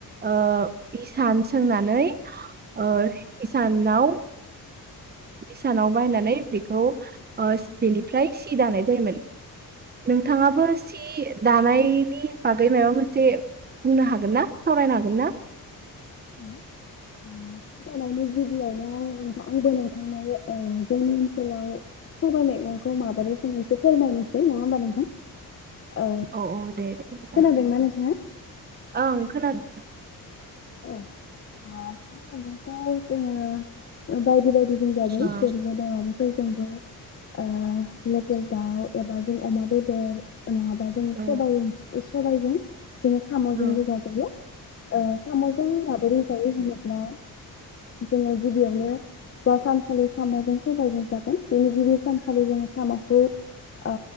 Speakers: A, on the right; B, on the left.
A: ओ हिसान सोंनानै ओ हिसानाव हिसानाव बाहायनानै बेखौ ओ बेनिफ्राय सि दानाय जायोमोन। नोंथाङाबो सि दानायनि बागै मायबा मोनसे बुंनो हागोन ना सावरायनो हागोन ना?
B: सि दानायनि गिबियावनो आं आंबो नोंथांनो ओ जोंनि ओनसोलाव सबाय मेगंखौ माबोरै सङो एसे फोरमायनोसै नङा होमबा नोंथां? ओ
A: अ अ दे दे जागोन
B: खोनादोंना नोंथाङा
A: ओं खोनादों थां।
B: औ ओ <unintelligible> जोङो बायदि बाय गिदिं जाबाय
A: औ
B: <unintelligible> ओ लकेल दाउ एबा जों अमा बेदर नङाबा जों
A: औ
B: सबाय सबायजों जों साम'जोंबो
A: औ
B: जाजायो ओ साम'जों माबोरै जायो होनोब्ला जोङो गिबियावनो दा सानखालि साम'जों सबायजों जागोन बेनि गिबि सानखालि जोङो साम'खौ आ